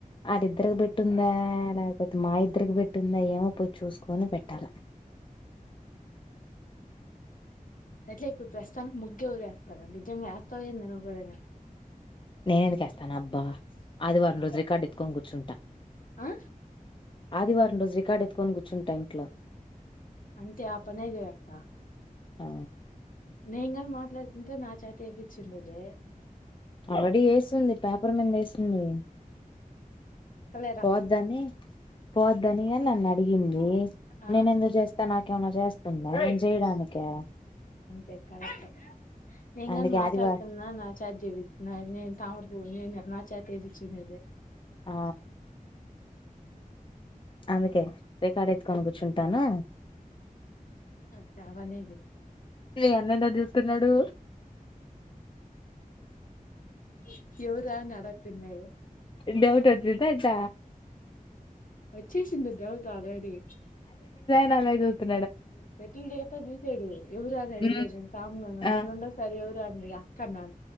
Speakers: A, on the left; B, on the left.
A: వాడిద్దరికి పెట్టుందా లేకపోతే మా ఇద్దరికి పెట్టిందా ఏమో పోయి చూసుకని పెట్టాల <inaudible>
B: అట్లే ఇప్పుడు ప్రస్తుాం ముగ్గు ఊరు వేస్తారు నిజం వేస్తాయ నువ్వు కూడా న
A: నేన ఎందుకుేస్తాను అబ్బా ఆదివారం రోజు రికార్డు ఎత్తుకొని కూర్చుంటా
B: ఆ
A: ఆదివారం రోజు రికార్డు ఎత్తుకొని కూర్చుంటా ఇంట్లో
B: అంటే ఆ పనే చేస్తా
A: ఆ
B: నేను కానీ మాట్లాడుతుంట నా చేత ఏపచ్చి ఉండేదే
A: రెడీ వేస్తుంది పేపర్ మీద వేస్తుంది
B: అక్కలేరా
A: పోద్దని పోద్దనిగా నన్ను అడిగిండు
B: ఆ
A: నేన ఎందుకు చేస్తా నాకేమన్నా చేస్తుందా నేను చేయడానికే
B: అంతే కరెక్ట్ నేను గానీ
A: అందుకే
B: మాట్లాడుతున్న
A: ఆదివారం
B: నా చెత్త చేపిం నా నేను తామ్రపుూ నేను నా చేతే ఎపించేది
A: ఆ అందుకే రికార్డు ఎత్తుకొని కూర్చుంటాను
B: అంతే ఆ పనే
A: మీ అన్న ఏటో స్తున్నాడు
B: చెయ్ ఎవరా అని అడగతున్నాడు
A: డౌట్ వచ్చిందా ఎట్ట
B: వచేసింటుంది డౌట్ ఆల్రెడీ
A: నా చూస్తారు
B: బెట్ల ద అా దిసడు ఇవరు అ అడిగే
A: మ్మ్
B: తా గ మర
A: ఆ
B: రండో సారి ఎవరు అ మీ అక్కన్నా